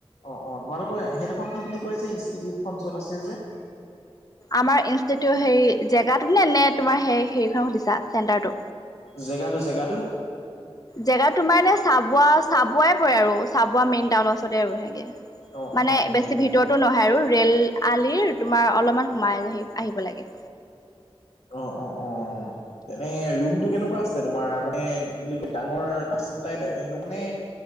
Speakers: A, on the left; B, on the left.
A: অ অ তোমালোক সেইডোখৰ কি বুলি কয় যে ইনষ্টিটিউট খন ওচৰত আছে যে?
B: আমাৰ ইনষ্টিতিউত হেৰি জেগাটো নে নে তোমাৰ স হেৰিখন সুধিছা। চেণ্টাৰটো
A: জেগাটো -জেগাটো।
B: জেগাত তোমাৰ এনে চাবোৱা- চাবুৱাই পৰে আৰু চাবুৱা মেইন টাউনৰ ওচৰতে আৰু সেনেকে
A: অ
B: মানে
A: অ
B: বেছি
A: অ
B: ভিতৰতো নহয় আৰু ৰেল আলিৰ তোমাৰ অলপমান সোমাই আহি আহিব লাগে।
A: অ অ অ তেনে ৰুমটো কেনেকুৱা আছে তোমাৰ মানে বুলি ক ডাঙৰ আচন টাইপ সেনোনে